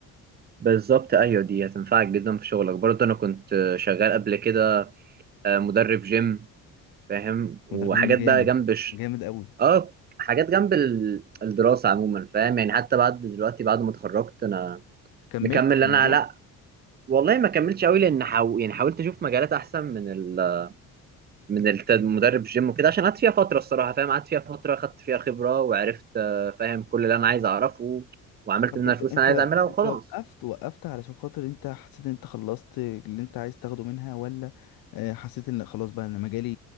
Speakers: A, on the right; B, on the left.
A: بالظبط ايوه دي هتنفعك جدا في شغلك برضه انا كنت شغال قبل كده آه، مدرب جيم فاهم وحاجات
B: مدرب جيم جامد
A: بقى جنب ش...
B: جامد قوي
A: اه حاجات جنب ال- الدراسه عموما فاهم يعني حتى بعد دلوقتي بعد ما اتخرجت انا
B: كملت
A: مكمل
B: في الموضوع
A: انا لا والله ما كملتش قوي لان حاو... يعني حاولت اشوف مجالات احسن من ال... من الت- مدرب جيم وكده عشان قعدت فيها فتره الصراحه فاهم قعدت فيها فتره خدت فيها خبره وعرفت آه، فاهم كل اللي انا عايز اعرفه وعملت
B: طب
A: منها
B: انت
A: فلوس
B: انت
A: انا عايز اعملها وخلاص
B: انت وقفت وقفت علشان خاطر انت حسيت ان انت خلصت اللي انت عايز تاخده منها ولا آه، حسيت ان خلاص بقى انا مجالي